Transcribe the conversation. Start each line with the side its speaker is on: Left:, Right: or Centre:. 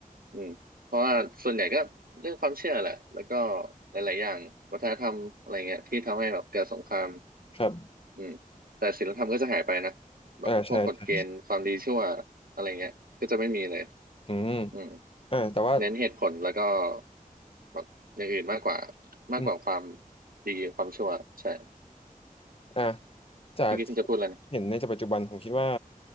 Right: อืมเพราะว่าส่วนใหญ่ก็เรื่องความเชื่อแหละแล้วก็หลายๆอย่างวัฒนธรรมอะไรเงี้ยที่ทำให้แบบเกิดสงคราม
Left: ครับ
Right: อืมแต่ศีลธรรมก็จะหายไปนะแบบพวกกฎเกณฑ์ความดีชั่ว
Left: อ่าใช่ใช่
Right: อะไรเงี้ยก็จะไม่มีเลย
Left: อืม
Right: อืม
Left: อ่าแต่ว่า
Right: เน้นเหตุผลแล้วก็แบบอย่างอื่นมากกว่ามากกว่าความ
Left: อืม
Right: ดีความชั่วใช่
Left: อ่าจากที่
Right: เมื่อกี้ค่งจะพูดอะไรนะ
Left: เห็นในปัจจุบันผมคิดว่า